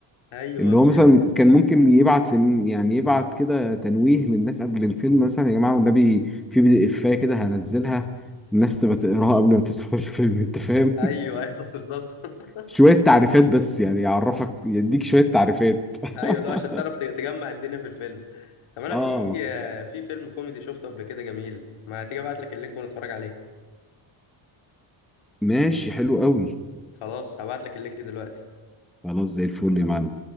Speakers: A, on the left; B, in the centre.
A: ايوه
B: اللي هو مثلا كان ممكن يبعت لن... يعني يبعت كده تنويه للناس قبل الفيلم مثلا يا جماعه والنبي في بي دي افايه كده هنزلها الناس تبقى تقراها قبل ما تدخل الفيلم انت فاهم
A: ايوه ايوه <laughs> بالظبط <laughs>
B: شوية تعريفات بس يعني يعرفك يديك شوية تعريفات <laughs>
A: ايوه لا عشان تعرف ت- تجمع الدنيا في الفيلم طب انا
B: اه
A: في آه، في فيلم كوميدي شفته قبل كده جميل ما تيجي ابعت لك اللينك ونتفرج عليه
B: ماشي حلو قوي
A: خلاص هبعت لك اللينك دلوقتي
B: خلاص زي الفل يا معلم